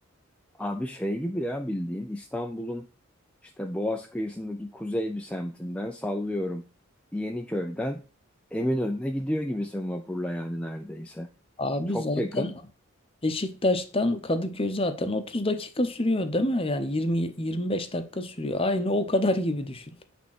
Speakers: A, in the centre; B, on the left (about 25°).
A: abi şey gibi ya bildiğin İstanbul'un işte Boğaz kıyısındaki kuzey bir semtinden sallıyorum Yeniköy'den Eminönü'ne gidiyor gibisin vapurla yani neredeyse.
B: Abi
A: Çok
B: zaten
A: yakın
B: Beşiktaş'tan Kadıköy zaten 30 dakika sürüyor değil mi? Yani yirmi yirmi beş dakika sürüyor. Aynı o kadar gibi düşün.